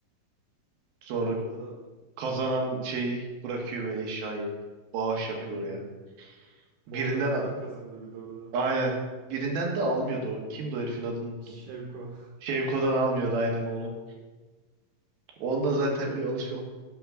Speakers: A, on the right; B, on the right.
A: Sonra
B: Orada
A: kazanan şey bırakıyor böyle eşyayı. Bağış
B: aynen
A: yapıyor oraya.
B: Polat
A: Birinden
B: Alemdar
A: al-
B: kazanıyordu bir de orada.
A: aynen. Birinden de almıyordu o. Kimdi o herifin adını unuttum.
B: Şevko.
A: Şevko'dan almıyordu aynen onu. Onda
B: <laughs>
A: zaten
B: Yok gerek
A: bir alışıyor.
B: yok.